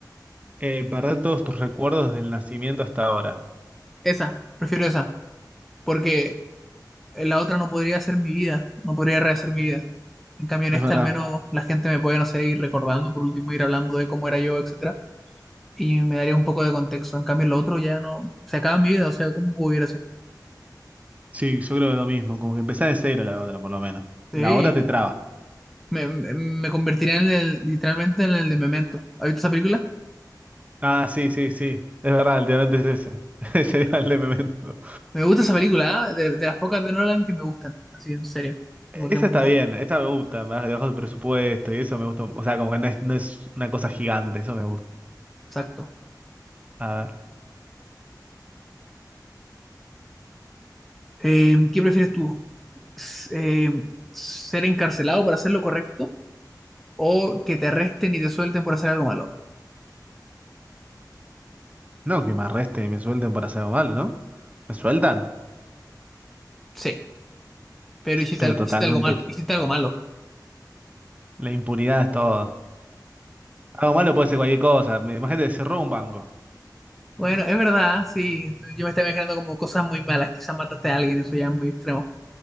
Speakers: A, on the right (about 20°); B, in the centre.
A: Eh, perder todos tus recuerdos del nacimiento hasta ahora.
B: Esa, prefiero esa, porque la otra no podría ser mi vida, no podría rehacer mi vida. En cambio, en
A: Es
B: esta
A: verdad.
B: al menos la gente me puede, no sé, ir recordando, por último ir hablando de cómo era yo, etcétera, y me daría un poco de contexto. En cambio, en lo otro ya no... Se acaba mi vida, o sea, ¿cómo puedo vivir así?
A: Sí, yo creo que lo mismo, como que empezás de cero la otra, por lo menos.
B: Sí,
A: La otra te traba.
B: me, me me convertiría en el, literalmente en el de Memento. ¿Has visto esa película?
A: Ah, sí, sí, sí. Es verdad, el tirante es ese. <laughs> Ese era el de Memento.
B: Me gusta esa película, ¿eh? De, de las pocas de Nolan que me gustan, así en serio.
A: Esa
B: La encontré muy
A: está
B: buena.
A: bien, esa me gusta, más debajo del presupuesto y eso me gusta. O sea, como que no es, no es una cosa gigante, eso me gusta.
B: Exacto.
A: A ver.
B: Eh, ¿qué prefieres tú? S- eh, ¿ser encarcelado por hacer lo correcto o que te arresten y te suelten por hacer algo malo?
A: No, que me arresten y me suelten por hacer algo malo, ¿no? Me sueltan,
B: Sí, pero hiciste,
A: pero
B: al-
A: totalmente.
B: hiciste algo malo, hiciste algo malo.
A: La impunidad es todo. Algo malo puede ser cualquier cosa. Me- Imagínate, cerró un banco.
B: Bueno, es verdad, ¿ah? sí. Yo me estaba imaginando como cosas muy malas, quizás mataste a alguien, eso ya es muy extremo.